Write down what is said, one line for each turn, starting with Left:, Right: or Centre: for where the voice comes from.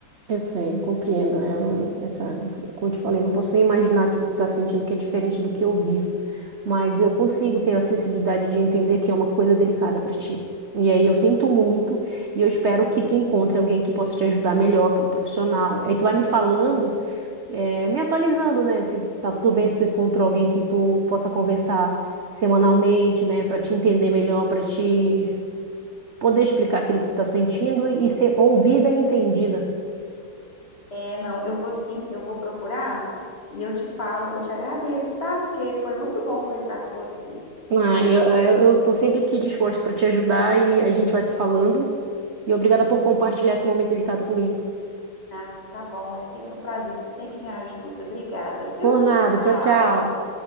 Right: eu sei, eu compreendo. É uma- essa, como eu te falei, eu não posso nem imaginar aquilo que tu tá sentindo que é diferente do que eu vivo. Mas eu consigo ter a sensibilidade de entender que é uma coisa delicada para ti. E aí eu sinto muito e eu espero que tu encontre alguém que possa te ajudar melhor, que é um profissional. Aí tu vai me falando é, me atualizando, né? Se tá tudo bem, se tu encontrou alguém que tu possa conversar semanalmente, né? Pra te entender melhor, pra te poder explicar aquilo que tu tá sentindo e ser ouvida e entendida.
Left: É, não, eu vou sim, eu vou procurar e eu te falo, eu te agradeço, tá? Porque foi muito bom conversar com você.
Right: Ah, eu, eu, eu tô sempre aqui disposto pra te ajudar e a gente vai se falando. E obrigada por compartilhar esse momento delicado comigo.
Left: Ah, tá bom, é sempre um prazer que você sempre me ajuda. Obrigada, viu?
Right: Por nada,
Left: Tchau.
Right: tchau, tchau.